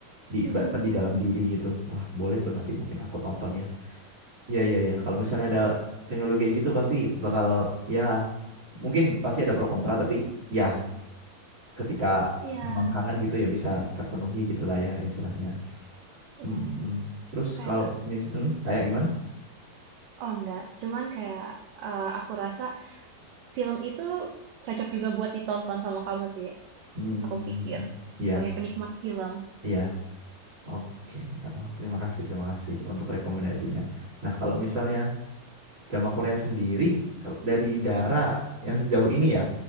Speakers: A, on the right (about 30°); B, on the right (about 75°).
A: di
B: Mhm.
A: di dalam diri gitu wah boleh tuh nanti mungkin aku tonton ya Iya, iya, iya. Kalau misalnya
B: ya
A: ada teknologi kayak gitu pasti bakal, ya mungkin pasti ada pro kontra, tapi ya ketika
B: iya
A: memang kangen gitu ya bisa terpenuhi gitulah ya istilahnya.
B: iya.
A: Hmm, hmm. Terus
B: Kayak
A: kalau mis hmm, kayak gimana?
B: Oh enggak, cuman kayak eh, aku rasa film itu cocok juga buat ditonton sama kamu sih,
A: Hmm,
B: aku pikir
A: iya,
B: sebagai penikmat film.
A: iya. Oke, Oh, terima kasih, terima kasih untuk rekomendasinya. Nah, kalau misalnya drama Korea sendiri, kalau dari Dara yang sejauh ini ya